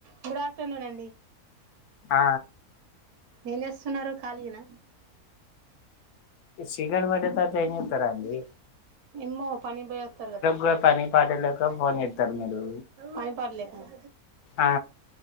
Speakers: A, on the right; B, on the left.
A: Good afternoon అండి
B: ఆ
A: ఏం చేస్తున్నారు ఖాళీగాన
B: చికెన్ వండుతా టైం ఉంటార అండి
A: ఏమ్మో పని పోయేత్తారు కదా
B: కూడా పని పాట లేక ఫోన్ చేస్తారు మీరు
A: పని పట్లేకుండా
B: ఆ